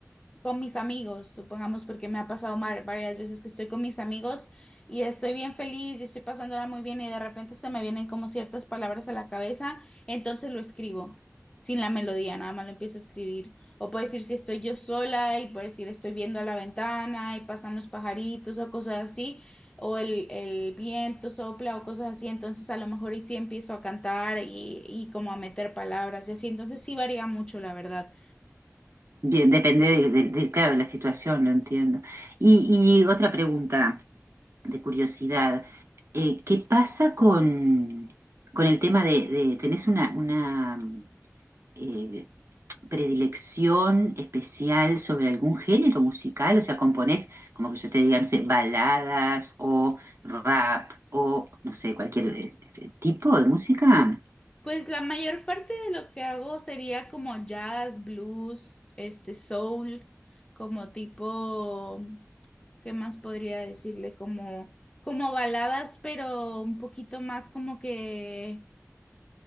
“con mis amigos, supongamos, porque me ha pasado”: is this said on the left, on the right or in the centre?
Left